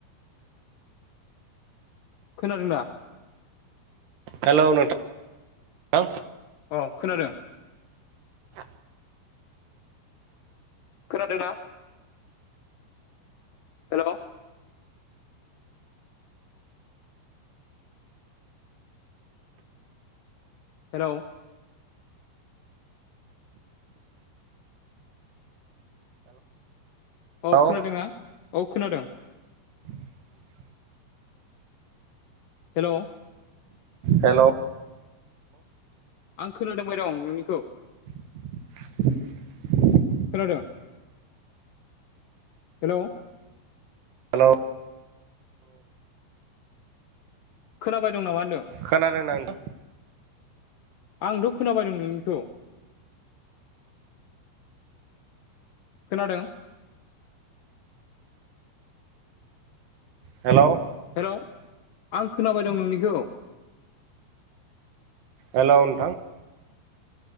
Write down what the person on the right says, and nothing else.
हेल' नोंथा
<inaudible>
हेलौ
<inaudible>
हेल'
<inaudible>
हेलौ
खोनादोंना नों
हेल'
हेल' नोंथां